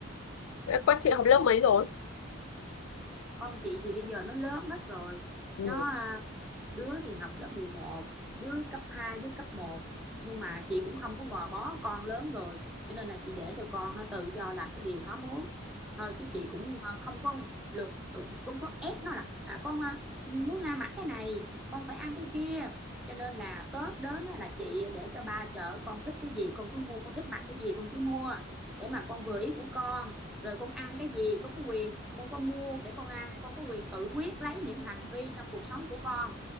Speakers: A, on the left; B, in the centre.
A: Thế Con chị học lớp mấy rồi?
B: con chị thì bây giờ nó lớn hết rồi
A: Ừ.
B: nó à, đứa thì học lớp 11, đứa cấp 2, đứa cấp một, nhưng mà chị cũng không có gò bó con lớn rồi cho nên là chị để cho con nó tự do làm cái điều nó muốn thôi chứ chị cũng ờ, không có lừa cũng có ép nó là à, con ờ, muốn ăn mặc cái này con phải ăn cái kia cho nên là Tết đến á, là chị để cho ba chở con thích cái gì con cứ mua con thích mặc cái gì con cứ mua để mà con vừa ý của con rồi con ăn cái gì con có quyền con có mua để con ăn con có quyền tự quyết lấy những hành vi trong cuộc sống của con